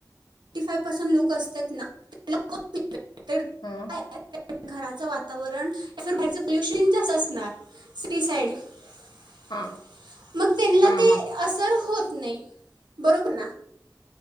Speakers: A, on the right (about 80°); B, on the left (about 75°).
A: टी फाय पर्सेंट लोक असतात ना <inaudible> <unintelligible>
B: ह
A: घराचं वातावरण या बाहेरचं पोल्युशन असणार <inaudible>
B: हा
A: मग तेनला
B: हा
A: ते
B: हा
A: असर होत नाही बरोबर ना